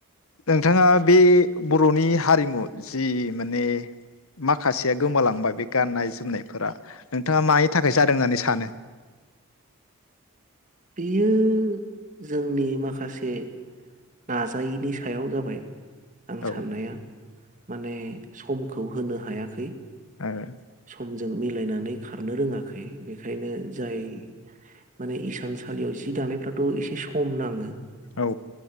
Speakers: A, on the left; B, on the right.
A: नोंथाङा बे बर'नि हारिमु जि माने माखासेया गोमालांबाय बे गाननाय जोमनायफोरा नोंथाङा मानि थाखाय जादों होननानै सानो?
B: बेयो जोंनि माखासे नाजायैनि सायाव जाबाय। आं
A: औ ओ
B: साननाया माने समखो खौ होनो हायाखै
A: आरो
B: समजों मिलायनानै खारनो रोङाखै। बेखायनो जाय माने इसान सा सालियाव जि दानायफ्राथ' एसे सम नाङो।
A: औ।